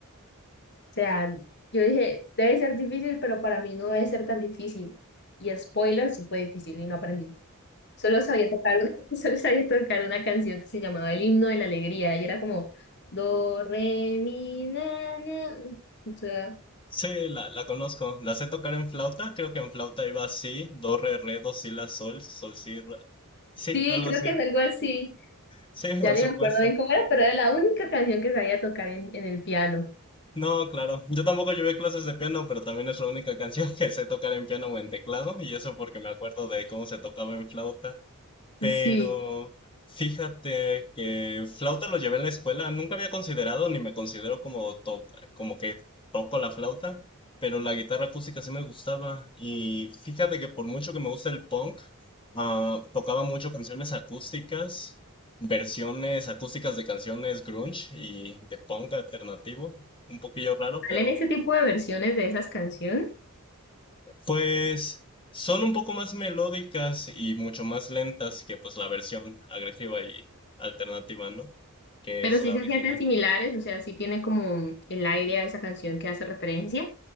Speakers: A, on the left; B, on the left.
A: sea, yo dije, debe ser difícil, pero para mí no debe ser tan difícil. Y spoiler, sí fue difícil y no aprendí. Solo sabía tocar una, <laughs> solo sabía tocar una canción que se llamaba El himno de la alegría y era como do re mi na na. O sea,
B: Sí, la, la conozco. La sé tocar en flauta. Creo que en flauta iba así, do, re, re, do, si, la, sol, sol, si, ra. Sí,
A: sí,
B: algo
A: creo
B: así.
A: que es algo así.
B: Sí,
A: Ya
B: por
A: ni
B: supuesto.
A: me acuerdo bien cómo era, pero era la única canción que sabía tocar en, en el piano.
B: No, claro. Yo tampoco llevé clases de piano, pero también es la única <laughs> canción que sé tocar en piano o en teclado, y eso porque me acuerdo de cómo se tocaba en flauta. Pero
A: Sí,
B: fíjate que flauta lo llevé en la escuela. Nunca había considerado, ni me considero como, to- como que toco la flauta, pero la guitarra acústica sí me gustaba. Y fíjate que por mucho que me gusta el punk, ah, tocaba mucho canciones acústicas, versiones acústicas de canciones grunge y de punk alternativo. Un poquillo raro, pero
A: salen ese tipo de versiones de esas canciones,
B: Pues son un poco más melódicas y mucho más lentas que pues la versión agresiva y alternativa, ¿no? Que
A: pero
B: es
A: sí
B: la
A: se
B: original.
A: sienten similares, o sea, sí tiene como el aire a esa canción que hace referencia.